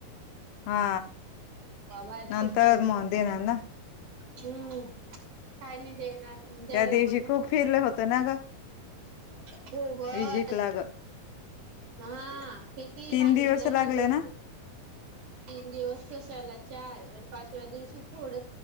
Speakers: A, on the left; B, on the right.
A: हा
B: बाबा
A: नंतर
B: सुटल्यावर
A: म
B: पण
A: दे ना ना
B: हम्म खाय नाही दे ना द्यायला
A: त्या दिवशी
B: पण नको.
A: खूप फिरलं होतं ना ग
B: खूबच
A: विजिट ला ग
B: हा किती
A: तीन
B: सांगितलं
A: दिवस
B: ना
A: लागले
B: दोन तीन दिवस तशाला चार आणि पाचव्या दिवशी थोड